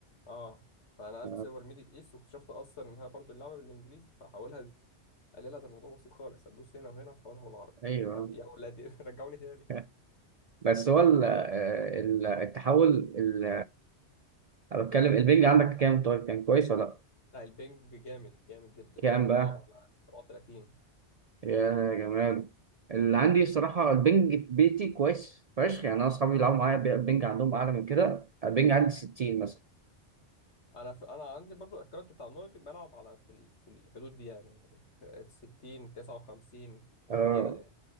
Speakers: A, on the left; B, on the right.
A: اه فانا نقلت
B: آه.
A: سيرفر ميدل ايست واكتشفت اصلا انها برضو اللعبه بالانجليزي فحولها ز- قال لي لا ده الموضوع بسيط خالص هتدوس هنا وهنا هتحولها بالعربي
B: ايوه
A: يعني يا ولادي <laughs> رجعوني تاني
B: <laughs> بس هو ال... آه، ال- التحول ال... انا بتكلم البنج عندك كام طيب كان كويس ولا لا؟
A: لا البنج جامد جامد جدا
B: كام
A: يعني انا
B: بقى؟
A: بلعب على 37
B: يا جمال اللي عندي
A: امم
B: الصراحة البنج في بيتي كويس فشخ يعني أنا أصحابي بيلعبوا معايا البنج عندهم أعلى من كده البنج
A: امم
B: عندي 60 مثلا
A: انا في انا عندي برضو الاكونت بتاع النورديك بلعب على في ال... في الحدود دي يعني 60 59
B: آه
A: كده يعني